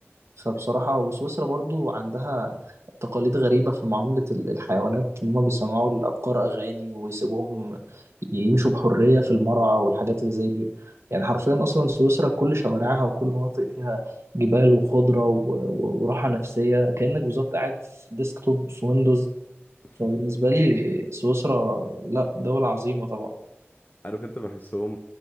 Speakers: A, on the right; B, on the left.
A: فبصراحة وسويسرا برضو عندها تقاليد غريبة في معاملة ال- الحيوانات إن هما بيسمعوا الأبقار أغاني ويسيبوهم يمشوا بحرية في المرعى والحاجات اللي زي دي يعني حرفيا أصلا سويسرا كل شوارعها وكل مناطق فيها جبال وخضرة و- و- وراحة نفسية كأنك بالظبط قاعد في ديسكتوب في ويندوز
B: <laughs>
A: فبالنسبة لي سويسرا لأ دولة عظيمة طبعا
B: عارف انت بحسهم